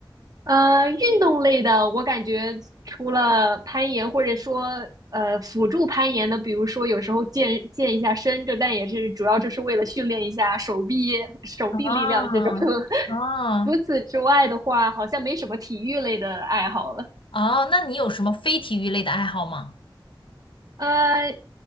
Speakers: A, on the right; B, on the left.
A: 呃，运动类的，我感觉除了攀岩，或者说呃辅助攀岩的，比如说有时候健健一下身，这但也是主要就是为了训练一下手臂手臂力量这种。
B: 啊，
A: <laughs>
B: 哦
A: 除此之外的话，好像没什么体育类的爱好了。
B: 哦，那你有什么非体育类的爱好吗？
A: 呃，